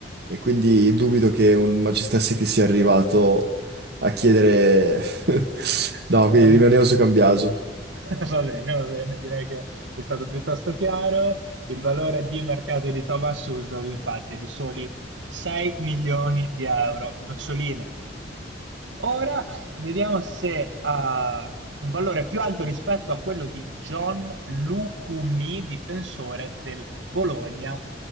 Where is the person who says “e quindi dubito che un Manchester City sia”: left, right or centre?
Right